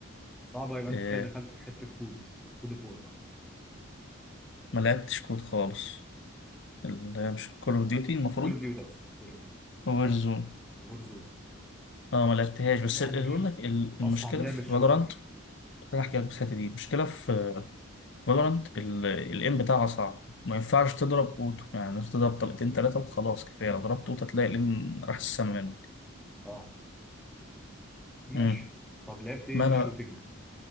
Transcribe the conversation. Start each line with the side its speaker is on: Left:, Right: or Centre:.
Centre: صعبة يبقى
Left: أه،
Centre: أنت كده دخلت في حتة كود كود أوف وور بقى
Left: ما لعبتش كود خالص اللي هي مش كول أوف ديوتي المفروض
Centre: كول أوف ديوتي أقصد أه كول أوف ديوتي
Left: وورزون
Centre: وور زون
Left: اه ما لعبتهاش بس
Centre: اللعبة
Left: اللي يقول
Centre: دي
Left: لك ال-
Centre: أصعب
Left: المشكله
Centre: لعبة
Left: في
Centre: شوتر
Left: فالورانت خليني احكي لك بس الحته دي المشكله في فالورانت الام بتاعها صعب ما ينفعش تضرب اوتو يعني انت تضرب طلقتين ثلاثه وخلاص كفايه لو ضربت اوتو تلاقي الام راح السما منك
Centre: اه ماشي
Left: مم.
Centre: طب لعبت ايه
Left: ما
Centre: في
Left: انا
Centre: الشوتينج